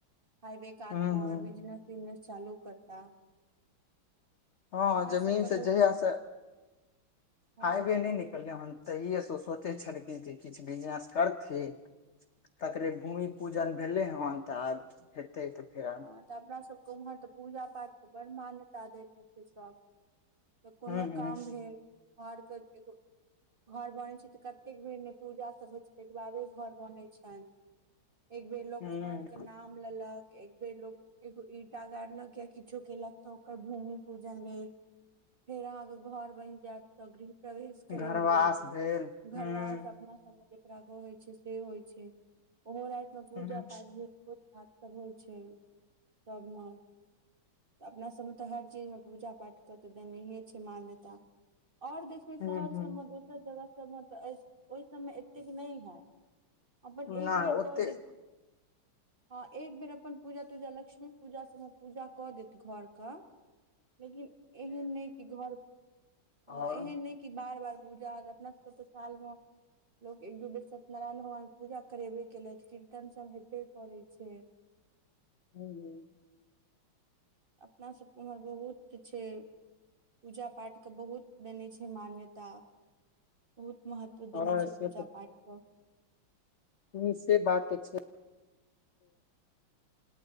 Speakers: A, on the right; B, on the left.
A: हाइवे कात
B: हूँ
A: मे
B: हूँ
A: बिजनेस तिजनेस चालू करता।
B: हँ
A: तऽ अपना
B: जमीन
A: सबके
B: से
A: तऽ
B: जहीया से
A: हँ
B: हाइबे
A: हँ
B: ने निक कहलियै हन तहिएसँ सोचै छलखिन जे किछु बिजनेस करथिन। तकरे भूमि पूजन भेलै हन तऽ आ हेतय तऽ फेर आ
A: हँ तऽ अपना सभके उम्हर तऽ पूजा पाठके बड़ मान्यता देने छैय सभ। तऽ कोनो
B: हूँ हूँ
A: काम भेल घरके एगो घर बनैत छैय तऽ कतेक बेर ने पूजा सभ होइत छैय ताहिके बादे घर बनैत छनि। एक बेर लोग
B: हूँ
A: घर के नाम लेलक। एक बेर लोको एगो ईंटा गाड़लक या किछो केलक तऽ ओकर भूमि पूजन भेल। फेर अहाँके घर बनि जायत तऽ गृह प्रवेश करैयो
B: घरवास भेल
A: घरवास
B: हूँ
A: अपना जेकरा कहय छैय से होय छैय ओहो राति में पूजा
B: हूँ
A: पाठ भेल भोज भात सब होइ छैय तबमे अपना सबमे तऽ हर चीज मे पूजा पाठ क तऽ देनहिये छैय मान्यता आओर देख शहर
B: हूँ हूँ
A: सबमे दोसर जगह सबमे तऽ ओहि सभमे एतेक नहि हैत अपन
B: नहि
A: एक बेर
B: ओते
A: क देत हँ एक बेर अ अपन पूजा पूजा, लक्ष्मी पूजा सभमे पूजा कऽ देत घरके, लेकिन एहन नहि कि घर ह
B: आओर
A: एहन नहि कि बार बार पूजा होइत छै, अपना सभकेँ तऽ सालभर। लोक सभ एक दू बेर सत्यनारायण भगवानक पूजा करबे करैत छै, कीर्तन सभ होइते करै छै।
B: हेलो
A: अपनासभकेँ ओम्हर बहुत किछु छै। पूजा पाठके बहुत मान्यता छै, बहुत महत्व छै। तऽ
B: आओर
A: देने छै
B: से
A: पूजा पाठ पर।
B: हँ से बात तँ छै।